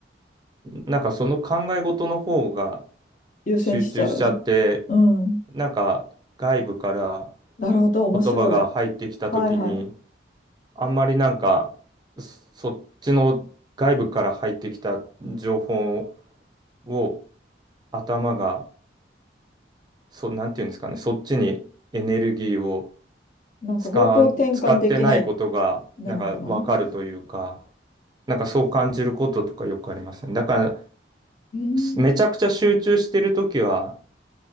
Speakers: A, on the right; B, on the left.
A: なんかその考え事の方が
B: 優先しちゃう。
A: 集中しちゃって、
B: うん。
A: なんか外部から
B: なるほど、面白い。
A: 言葉が入ってきた時に、
B: はいはい。
A: あんまりなんか、そっちの外部から入ってきた情報を頭が、そ、なんていうんですかね、そっちにエネルギーを
B: なんか方向転換できない、
A: 使う、使ってないことが、
B: なのかな
A: なんかわかるというか、なんかそう感じることとかよくありますね。だから、
B: うん。
A: すめちゃくちゃ集中してるときは、